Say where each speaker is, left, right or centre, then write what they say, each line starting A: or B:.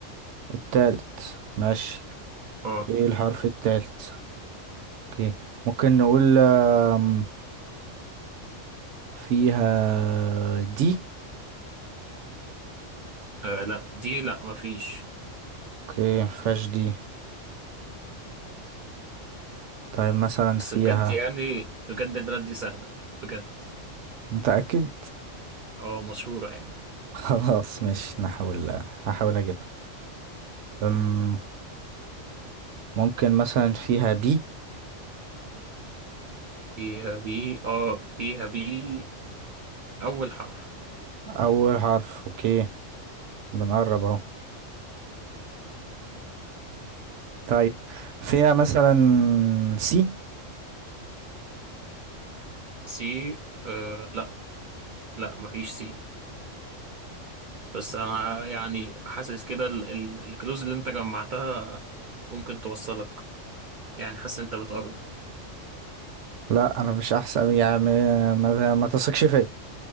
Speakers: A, on the right (about 70°); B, on the right (about 55°).
A: التالت ماشي
B: اه
A: ايه الحرف التالت اوكي ممكن نقول آم، فيها دي
B: آه، لا دي لا مفيش
A: اوكي مفيهاش دي طيب مثلا فيها
B: بس بجد يعني بجد البلد دي سهلة بجد
A: متأكد
B: اه مشهورة يعني
A: <laughs> خلاص مش نحاول هحاول اجيبها أم، ممكن مثلا فيها بي
B: فيها بي اه فيها بي أول حرف
A: اول حرف اوكي بنقرب اهو طيب فيها مثلا سي
B: سي آه لا لا مفيش سي بس أنا يعني حاسس كده ال- ال- الكلوز اللي أنت جمعتها ممكن توصلك يعني حاسس أنت بتقرب
A: لا انا مش احسن يعني ما, ما ما تثقش فيا